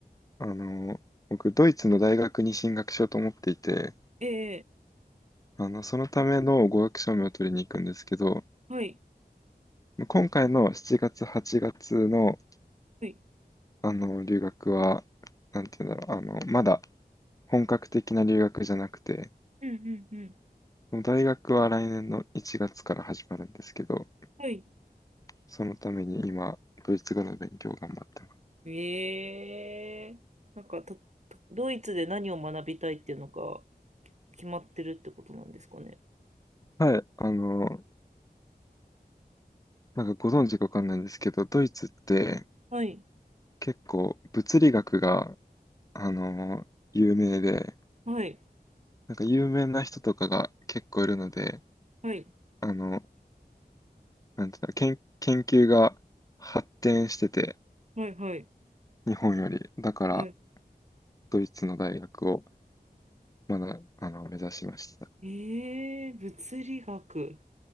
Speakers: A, on the left; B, on the right.
A: あの、僕、ドイツの大学に進学しようと思っていて、
B: ええ
A: あの、そのための語学証明を取りに行くんですけど、
B: はい、
A: 今回の7月、8月の、
B: はい、
A: あの、留学は、なんていうんだろう、あの、まだ本格的な留学じゃなくて、
B: うんうんうん。
A: 大学は来年の1月から始まるんですけど、
B: はい
A: そのために今、ドイツ語の勉強を頑張ってます。
B: ええなんかと、とドイツで何を学びたいっていうのが決まってるってことなんですかね。
A: はい、あの、なんかご存知かわかんないんですけど、ドイツって
B: はい、
A: 結構物理学が、あの有名で、
B: はい、
A: なんか有名な人とかが結構いるので、
B: はい、
A: あの、なんていうの、研、研究が発展してて、
B: はい、はい、
A: 日本より。だから、
B: はい。
A: ドイツの大学をまだ、あの、目指しました。
B: ええ物理学。